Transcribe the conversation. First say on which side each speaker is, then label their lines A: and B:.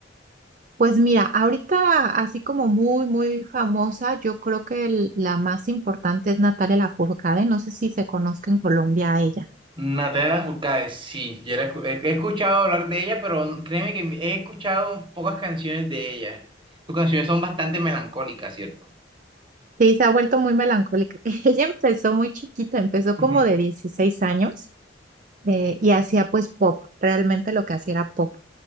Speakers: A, on the right; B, on the right.
A: Pues mira, ahorita así como muy, muy famosa, yo creo que el- la más importante es Natalia Lafourcade, no sé si se conozca en Colombia a ella.
B: Natalia Furcade, sí, ya la escu- he, he escuchado hablar de ella, pero créeme que he escuchado pocas canciones de ella. Sus canciones son bastante melancólicas, ¿cierto?
A: Sí, se ha vuelto muy melancólica. <laughs> Ella empezó muy chiquita, empezó
B: Ujú,
A: como de 16 años eh, y hacía pues pop, realmente lo que hacía era pop.